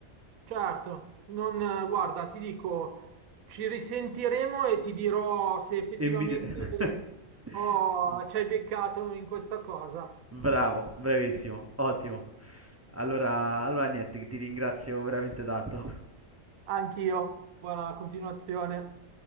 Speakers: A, on the right (about 85°); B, on the right (about 25°).
A: Certo, non, eh, guarda, ti dico, ci risentiremo e ti dirò se effettivamente
B: E mi... dire- <laughs>
A: ho- ci hai beccato in questa cosa.
B: Bravo, bravissimo, ottimo. Allora, allora niente, che ti ringrazio veramente tanto.
A: Anch'io, buona continuazione.